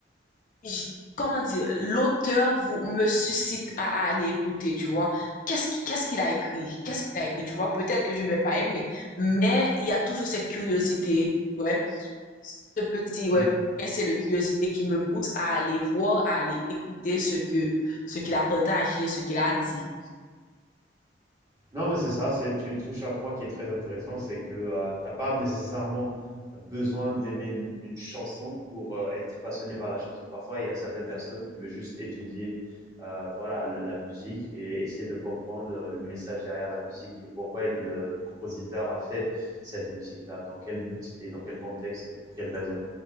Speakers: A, on the left; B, on the right.
A: j- comment dire, l'auteur vous, me suscite à, à aller écouter, tu vois. Qu'est-ce qui- qu'est-ce qu'il a écrit? Qu'est-ce qu'il a écrit, tu vois? Peut-être que je vais pas aimer, mais il y a toujours cette curiosité, ouais. Ce petit, ouais.
B: Hmm.
A: C'est le curiosité qui me pousse à aller voir, à aller écouter ce que, ce qu'il a partagé, ce qu'il a dit.
B: Non, mais c'est ça, c'est, tu touches un point qui est très intéressant, c'est que euh, t'as pas nécessairement besoin d'aimer une, une chanson pour euh, être passionné par la chanson. Parfois, il y a certaines personnes qui veulent juste étudier euh, voilà, l- la musique et essayer de comprendre le, le message derrière la musique et pourquoi le compositeur a fait cette musique-là, dans quel but et dans quel contexte et pour quelle raison.